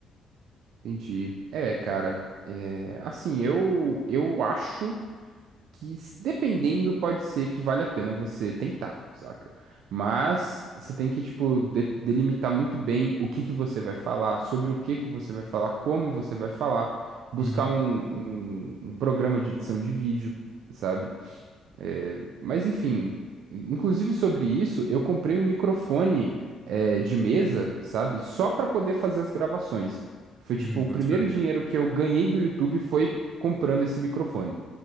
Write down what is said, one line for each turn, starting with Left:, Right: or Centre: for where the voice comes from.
Right: entendi. É, cara, é, assim, eu, eu acho. que, s- dependendo, pode ser que vale a pena você tentar, saca? Mas você tem que, tipo, de- delimitar muito bem o que que você vai falar, sobre o que que você vai falar, como você vai falar, buscar
Centre: Uhum.
Right: um, um, um programa de edição de vídeo, sabe? É, mas, enfim, inclusive sobre isso, eu comprei um microfone, é, de mesa, sabe? Só para poder fazer as gravações. Foi, tipo,
Centre: Hum,
Right: o
Centre: boto
Right: primeiro
Centre: fé.
Right: dinheiro que eu ganhei do YouTube foi comprando esse microfone.